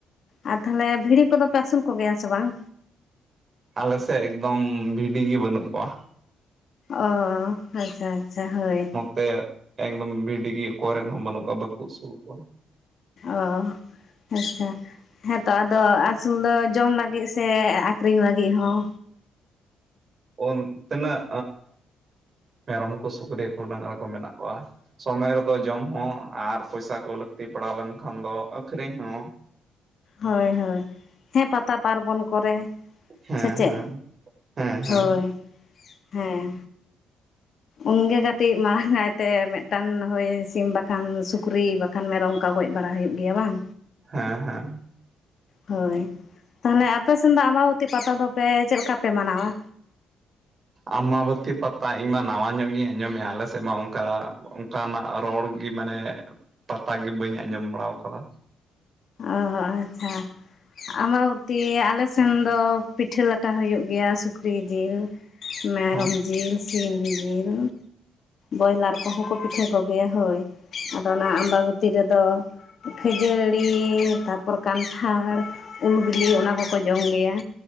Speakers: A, on the left; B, on the right.
A: ᱟᱨ ᱛᱟᱦᱚᱞᱮ ᱵᱷᱤᱲᱤ ᱠᱚᱫᱚ ᱯᱮ ᱟᱹᱥᱩᱞ ᱠᱚ ᱜᱮᱭᱟ ᱥᱮ ᱵᱟᱝ
B: ᱟᱞᱮ ᱥᱮᱜ ᱮᱠᱫᱚᱢ ᱵᱷᱤᱰᱤ ᱜᱤ ᱵᱟᱹᱱᱩᱜ ᱠᱚᱣᱟ
A: ᱚ ᱟᱪᱪᱷᱟ ᱟᱪᱪᱷᱟ ᱦᱳᱭ
B: ᱛᱮ ᱮᱠᱫᱚᱢ ᱵᱷᱤᱰᱤ ᱜᱤ ᱚᱠᱚᱭ ᱨᱮᱱ ᱦᱚᱸ ᱵᱟᱹᱱᱩᱜ ᱠᱚᱣᱟ ᱵᱟᱠᱚ ᱟᱹᱥᱩᱞ ᱠᱚᱣᱟ
A: ᱚ ᱟᱪᱪᱷᱟ ᱦᱮᱸᱛᱚ ᱟᱫᱚ ᱟᱹᱥᱩᱞ ᱫᱚ ᱡᱚᱢ ᱞᱟᱹᱜᱤᱫ ᱥᱮ ᱟᱹᱠᱷᱨᱤᱧ ᱞᱟᱹᱜᱤᱫ ᱦᱚᱸ
B: ᱩᱱ ᱛᱤᱱᱟᱹᱜ ᱢᱮᱨᱚᱢ ᱠᱚ ᱥᱩᱠᱨᱤ ᱠᱚ ᱰᱟᱝᱨᱟ ᱠᱚ ᱢᱮᱱᱟᱜ ᱠᱚᱣᱟ ᱥᱚᱢᱚᱭ ᱨᱮᱫᱚ ᱡᱚᱢ ᱦᱚᱸ ᱟᱨ ᱯᱚᱭᱥᱟ ᱠᱚ ᱞᱟᱹᱠᱛᱤ ᱯᱟᱲᱟᱣ ᱞᱮᱱᱠᱷᱟᱱ ᱫᱚ ᱟᱹᱠᱷᱨᱤᱧ ᱦᱚᱸ
A: ᱦᱳᱭ ᱦᱳᱭ ᱦᱮᱸ ᱯᱟᱛᱟ ᱯᱟᱨᱵᱚᱱ ᱠᱚ ᱨᱮ
B: ᱦᱮᱸ
A: ᱥᱮ ᱪᱮᱫ
B: ᱦᱮᱸ ᱦᱮᱸ ᱦᱮᱸ
A: ᱦᱳᱭ ᱦᱮᱸ ᱩᱱ ᱜᱮ ᱠᱟᱹᱴᱤᱡ ᱢᱟᱨᱟᱝ ᱟᱭᱛᱮ ᱢᱤᱫᱴᱟᱝ ᱦᱚᱭ ᱥᱤᱢ ᱵᱟᱠᱷᱟᱱ ᱥᱩᱠᱨᱤ ᱵᱟᱠᱷᱟᱱ ᱵᱟᱠᱷᱟᱱ ᱢᱮᱨᱚᱢ ᱚᱱᱠᱟ ᱜᱚᱡ ᱵᱟᱲᱟ ᱦᱩᱭᱩᱜ ᱜᱮᱭᱟ ᱵᱟᱝ
B: ᱦᱮᱸ ᱦᱮᱸ
A: ᱦᱳᱭ ᱛᱟᱦᱚᱞᱮ ᱟᱯᱮ ᱥᱮᱱ ᱫᱚ ᱟᱢᱵᱟᱵᱚᱛᱤ ᱯᱟᱛᱟ ᱫᱚᱯᱮ ᱪᱮᱫ ᱞᱮᱠᱟ ᱯᱮ ᱢᱟᱱᱟᱣ ᱟ
B: ᱟᱢᱵᱟᱹᱵᱚᱛᱤ ᱯᱟᱛᱟ ᱤᱧ ᱢᱟ ᱱᱟᱣᱟ ᱧᱚᱜ ᱜᱤᱧ ᱟᱸᱡᱚᱢ ᱮᱜᱼᱟ ᱟᱞᱮ ᱥᱮᱫ ᱢᱟ ᱚᱱᱠᱟ ᱚᱱᱠᱟᱱᱼᱟᱜ ᱨᱚᱲ ᱜᱮ ᱢᱟᱱᱮ ᱯᱟᱛᱟ ᱜᱮ ᱵᱟᱹᱧ ᱟᱸᱡᱚᱢ ᱵᱟᱲᱟᱣ ᱠᱟᱫᱟ
A: ᱚ ᱟᱪᱪᱷᱟ ᱟᱢ ᱫᱤ ᱟᱞᱮ ᱥᱮᱱ ᱫᱚ ᱯᱤᱴᱷᱟᱹ ᱞᱟᱴᱷᱟ ᱦᱩᱭᱩᱜ ᱜᱮᱭᱟ ᱥᱩᱠᱨᱤ ᱡᱤᱞ ᱢᱮᱨᱚᱢ
B: ᱦᱚᱸ
A: ᱡᱤᱞ, ᱥᱤᱢ ᱡᱤᱞ, ᱵᱚᱭᱞᱟᱨ ᱠᱚ ᱦᱚᱸ ᱠᱚ ᱯᱤᱴᱷᱟᱹ ᱠᱚ ᱜᱮᱭᱟ ᱦᱳᱭ ᱟᱫᱚ ᱚᱱᱟ ᱟᱢᱵᱟᱵᱚᱛᱤ ᱨᱮᱫᱚ ᱠᱷᱟᱹᱡᱟᱹᱲ ᱲᱤ ᱛᱟᱨᱯᱚᱨ ᱠᱟᱱᱴᱷᱟᱲ ᱩᱞ ᱵᱤᱞᱤ ᱚᱱᱟ ᱠᱚ ᱠᱚ ᱡᱚᱢ ᱜᱮᱭᱟ